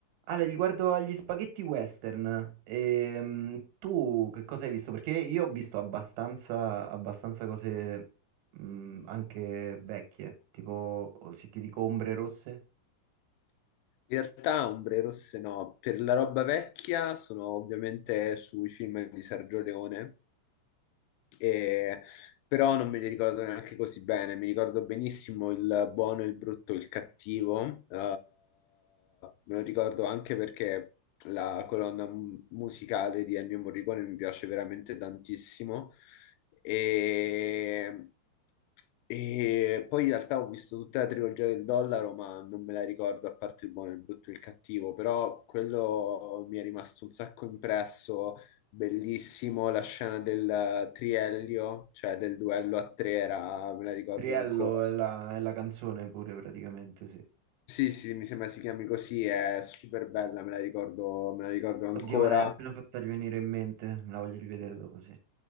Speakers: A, on the right; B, on the left.
A: Ale, riguardo agli spaghetti western, ehm, tu che cosa hai visto? Perché io ho visto abbastanza, abbastanza cose mh, anche vecchie, tipo oh, se ti dico Ombre Rosse,
B: In realtà ombre rosse no, per la roba vecchia sono ovviamente sui film di Sergio Leone, e- però non me li ricordo neanche così bene. Mi ricordo benissimo il buono, il brutto, il cattivo. Eh, me lo ricordo anche perché la colonna mu- musicale di Ennio Morricone mi piace veramente tantissimo. E, e poi in realtà ho visto tutta la trilogia del dollaro, ma non me la ricordo a parte il buono, il brutto e il cattivo. Però quello mi è rimasto un sacco impresso Bellissimo la scena del eh, triello, cioè del duello a tre, era, me la ricordo
A: Criello
B: ancora.
A: è la, è la canzone pure praticamente, sì.
B: Sì, sì, mi sembra si chiami così, è super bella, me la ricordo, me la ricordo ancora.
A: Oddio, me l'hai appena fatta venire in mente, me la voglio rivedere dopo, sì.